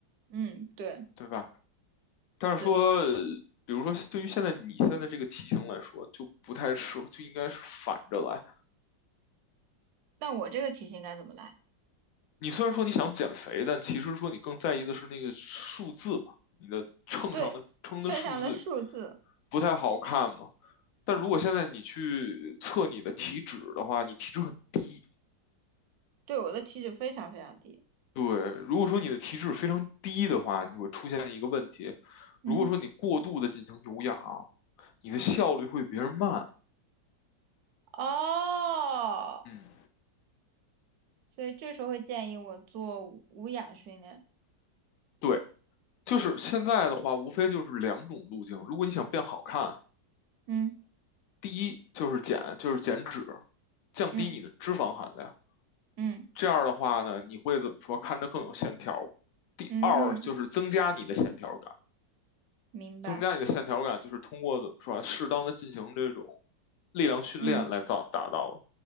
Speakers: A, on the right; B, on the left.
A: 嗯，对，
B: 对吧？但是说，
A: 是。
B: 呃比如说对于现在你现在这个体型来说，就不太适合，就应该是反着来。
A: 那我这个题型该怎么来？
B: 你虽然说你想减肥，但其实说你更在意的是那个数字嘛，你的秤上的称的数字
A: 对，秤上的数字，
B: 不太好看嘛。但如果现在你去测你的体脂的话，
A: 嗯，
B: 你体脂很低。
A: 对我的体脂非常非常低，
B: 对，如果说你的体脂非常低的话，你会出现一个问题。
A: 嗯，
B: 如果说你过度的进行有氧，你的效率会比别人慢。
A: 哦，
B: 嗯，
A: 所以这时候会建议我做无无氧训练，
B: 对。就是现在的话，无非就是两种路径。如果你想变好看，
A: 嗯
B: 第一就是减，就是减脂，降低你的脂肪含量。
A: 嗯嗯
B: 这样的话呢，你会怎么说？看着更有线条。第二就是增加你的线条感，
A: 嗯，明白，
B: 增加你的线条感就是通过怎么说啊，适当的进行这种力量训练来造达到的。
A: 嗯